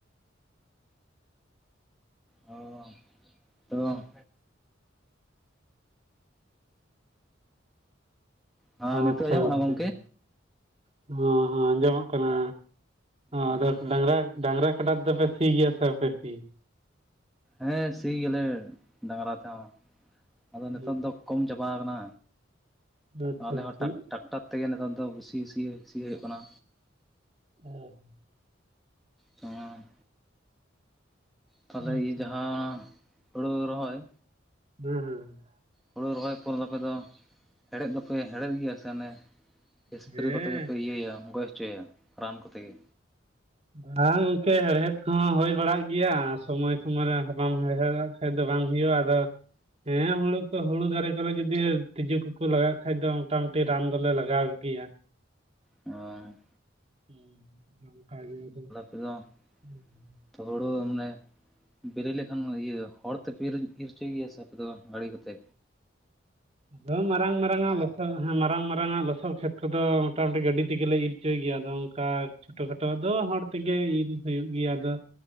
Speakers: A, in the centre; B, on the right.
A: ᱚᱻ ᱛᱚ ᱦᱮᱸ ᱱᱤᱛᱚᱜ
B: ᱟᱪᱪᱷᱟ
A: ᱟᱸᱡᱚᱢᱚᱜ
B: ᱜᱚᱝᱠᱮ,
A: ᱠᱟᱱᱟ ᱜᱚᱢᱠᱮ
B: ᱦᱮᱸ ᱦᱮᱸ ᱟᱸᱡᱚᱢᱚᱜ ᱠᱟᱱᱟ,
A: ᱚ
B: ᱟᱫᱚ ᱰᱟᱝᱨᱟ ᱰᱟᱝᱨᱟ ᱠᱟᱰᱟ ᱛᱮᱫᱚ ᱯᱮ ᱥᱤ ᱜᱮᱭᱟ ᱥᱮ ᱵᱟᱯᱮ ᱥᱤᱭᱟ?
A: ᱦᱮᱸ ᱥᱤᱭ ᱜᱮᱞᱮ ᱰᱟᱝᱨᱟ ᱛᱮᱦᱚᱸ ᱟᱫᱚ ᱱᱮᱛᱚᱝ
B: ᱦᱩᱸ
A: ᱫᱚ ᱠᱚᱢ ᱪᱟᱵᱟᱣ ᱠᱟᱱᱟ,
B: ᱟᱪᱪᱷᱟ
A: ᱟᱞᱮ
B: ᱟᱪᱪᱷᱟ
A: ᱦᱚᱸ ᱴᱟᱠ ᱴᱟᱠᱴᱟᱨ ᱛᱮᱜᱮ ᱱᱮᱛᱟᱨ ᱫᱚ ᱵᱤᱥᱤ ᱥᱤ ᱥᱤ ᱦᱩᱭᱩᱜ ᱠᱟᱱᱟ᱾
B: <unintelligible>
A: ᱛᱚᱸᱻᱼᱼ ᱛᱟᱦᱚᱞᱮ
B: ᱟᱪᱪᱷᱟ
A: ᱤᱭᱟᱹ ᱡᱟᱦᱟᱸ ᱦᱳᱲᱳ ᱨᱚᱦᱚᱭᱼᱼ
B: ᱦᱩᱸ ᱦᱩᱸ᱾
A: ᱦᱩᱲᱩ ᱨᱚᱦᱚᱭ ᱯᱚᱨ ᱫᱚ ᱟᱯᱮ ᱫᱚ ᱦᱮᱲᱮᱫ ᱫᱚᱯᱮ ᱦᱮᱲᱮᱫ ᱜᱮᱭᱟ ᱥᱮ ᱚᱱᱮᱼᱼ ᱮᱥᱯᱨᱮ
B: ᱦᱮᱸ ᱦᱮᱸ
A: ᱠᱚᱛᱮ ᱜᱮᱯᱮ
B: ᱦᱮᱸ
A: ᱤᱭᱟᱹᱭᱟ ᱜᱚᱡ ᱦᱚᱪᱚᱭᱟ ᱨᱟᱱ ᱠᱚᱛᱮ ᱜᱮ᱾
B: ᱵᱟᱝ ᱜᱚᱝᱠᱮ ᱦᱮᱲᱦᱮᱫ ᱠᱚᱦᱚᱸ ᱦᱩᱭ ᱵᱟᱲᱟᱜ ᱜᱮᱭᱟ ᱥᱚᱢᱚᱭ ᱥᱚᱢᱚᱭ ᱨᱮ ᱵᱟᱢ ᱦᱮᱲᱦᱮᱫᱽ ᱼᱼ ᱠᱷᱟᱡ ᱫᱚ ᱵᱟᱝ ᱦᱩᱭᱩᱜ-ᱟ ᱟᱫᱚᱼᱼ ᱦᱮᱸ ᱦᱩᱲᱩ ᱠᱚ ᱦᱩᱲᱩ ᱫᱟᱨᱮ ᱠᱚᱨᱮ ᱡᱩᱫᱤ ᱛᱤᱡᱩ ᱠᱚᱠᱚ ᱞᱟᱜᱟᱜ ᱠᱷᱟᱡ ᱫᱚ ᱢᱚᱴᱟᱼᱢᱩᱴᱤ ᱨᱟᱱ ᱫᱚᱞᱮ ᱞᱟᱜᱟᱣ ᱜᱤᱭᱟ᱾
A: ᱦᱚᱭ᱾
B: ᱦᱩᱸ ᱱᱚᱝᱠᱟ ᱜᱮ ᱟᱫᱚᱼᱼ <inaudible>
A: ᱛᱮᱫᱚᱸᱼᱼ <inaudible>
B: ᱦᱩᱸᱻ᱾ <inaudible>
A: ᱛᱚ ᱦᱩᱲᱩ ᱢᱚᱱᱮᱼᱼ ᱵᱮᱨᱮ ᱞᱮᱠᱷᱟᱱ ᱤᱭᱟᱹ ᱦᱚᱲ ᱛᱮᱯᱮ ᱤᱨ ᱤᱨ ᱩᱪᱩᱭ ᱜᱮᱭᱟ ᱥᱮ ᱟᱯᱮ ᱫᱚ ᱜᱟᱲᱤ ᱠᱟᱛᱮ?
B: ᱟᱫᱚ ᱢᱟᱨᱟᱝ ᱢᱟᱨᱟᱝᱟᱜᱼᱼ ᱫᱚ ᱦᱮᱸ ᱢᱟᱨᱟᱝ ᱢᱟᱨᱟᱝᱟᱜ ᱞᱚᱥᱚᱛ ᱠᱷᱮᱛ ᱠᱚᱫᱚ ᱢᱚᱴᱟ ᱢᱩᱴᱤ ᱜᱟᱹᱰᱤ ᱛᱤᱜᱤ ᱞᱮ ᱤᱨ ᱪᱩᱭ ᱜᱮᱭᱟ ᱟᱫᱚ ᱚᱱᱠᱟᱼᱼ ᱠᱷᱟᱴᱚ ᱠᱷᱟᱴᱚ ᱫᱚ ᱦᱚᱲ ᱛᱮᱜᱮ ᱤᱨ ᱦᱩᱭᱩᱜ ᱜᱮᱭᱟ ᱟᱫᱚᱼᱼᱼ